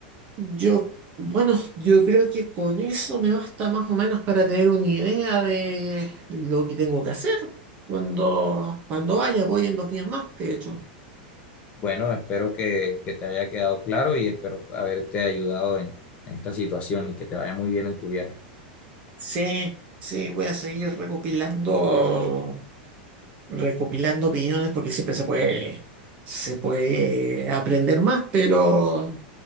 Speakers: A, on the right (about 25°); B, on the left (about 20°).
A: Yo, bueno, yo creo que con eso me basta más o menos para tener una idea de lo que tengo que hacer. Cuando, cuando vaya, voy en dos días más, de hecho.
B: Bueno, espero que, que te haya quedado claro y espero haberte ayudado en, en esta situación y que te vaya muy bien en tu viaje.
A: Sí, sí, voy a seguir recopilando, recopilando opiniones porque siempre se puede, se puede aprender más, pero,